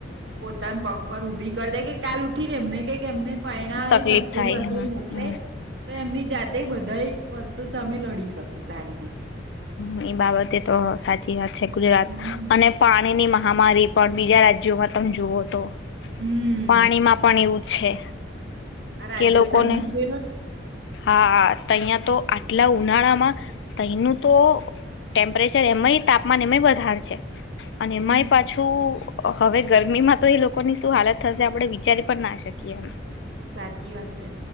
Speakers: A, on the right (about 65°); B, on the left (about 65°).
A: પોતાના પ પર ઉભી કરી દેય કે કાલ ઉ ઠીને એમને કઈક એમને પરણાવે
B: તકલીફ
A: સાસરે
B: થાય
A: બાસરે
B: હમ
A: મોકલે તો એમની જાતે બધાઈ વસ્તુ સામે લડી શક કે સારી રીતે.
B: હ એ બાબતે તો સાચી વાત છે. ગુજરાત
A: હમ્મ.
B: અને પાણી ની મા હમારી પણ બીજા રાજ્યોમાં તમે જુઓ તો
A: હમ્મ
B: પાણી માં પણ એવું છે.
A: આ રાજસ્થાનમાં
B: કે લોકોને
A: જ જોઈ લો ને
B: હા તહીંયા તો આટલા ઉનાળામાં તયનું તો ટેમ્પરેચર એમય તાપમાન એમય વધાર છે. અને માય
A: હમ
B: પાછું હવે ગરમીમાં તો એ લોકોની શું હાલત થશે આપડે વિચારી પણ ના શકીએ એમ.
A: સાચી વાત છે